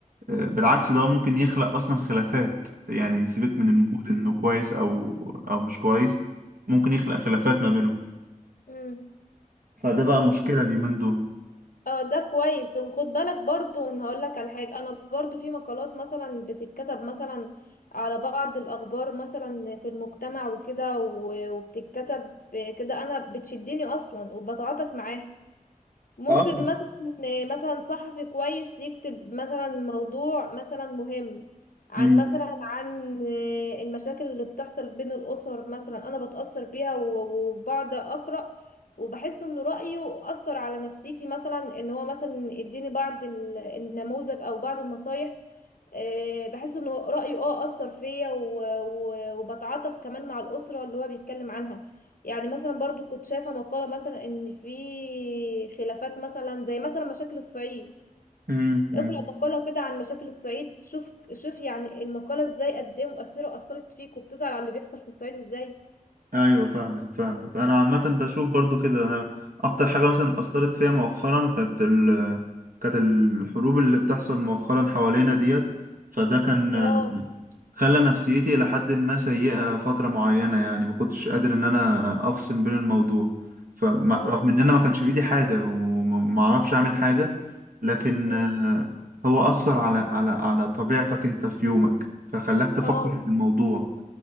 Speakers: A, on the right; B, on the left.
A: آه، بالعكس ده ممكن يخلق اصلا خلافات يعني سيبك من المود انه كويس او او مش كويس ممكن يخلق خلافات ما بينهم
B: امم.
A: فده بقى مشكلة اليومين دول
B: اه ده كويس وخد بالك برضو ان هقول لك على حاجه انا برضو في مقالات مثلا بتتكتب مثلا على بعض الاخبار مثلا في المجتمع وكده و- وبتتكتب كده انا بتشدني اصلا وبتعاطف معاها ممكن
A: اه
B: مثلا مثلا صحفي كويس يكتب مثلا موضوع مثلا مهم عن
A: مم.
B: مثلا عن المشاكل اللي بتحصل بين الأسر مثلا أنا بتأثر بيها و- وبقعد أقرأ وبحس إن رأيه أثر على نفسيتي مثلا إن هو مثلا اديني بعض ال- النموذج أو بعض النصايح آه، بحس إن رأيه اه أثر فيا و- و- وبتعاطف كمان مع الأسرة اللي هو بيتكلم عنها يعني مثلا برضو كنت شايفة مقالة مثلا ان في خلافات مثلا زي مثلا مشاكل الصعيد
A: مم. مم.
B: اقرأ مقالة كده عن مشاكل الصعيد شوف شوف يعني المقالة ازاي قد ايه مؤثرة اثرت فيك وبتزعل على اللي بيحصل في الصعيد ازاي
A: ايوه فاهمك فاهمك انا عامه بشوف برضو كده انا اكتر حاجه مثلا اثرت فيها مؤخرا كانت ال كانت الحروب اللي بتحصل مؤخرا حوالينا ديت فده كان
B: اه
A: خلى نفسيتي إلى حد ما سيئه فتره معينه يعني ما كنتش قادر ان انا افصل بين الموضوع فرغم
B: امم
A: ان انا ما كانش بايدي حاجه وما اعرفش اعمل حاجه لكن
B: أمم.
A: آه، هو اثر على على على طبيعتك انت في يومك فخلاك تفكر
B: اه
A: في الموضوع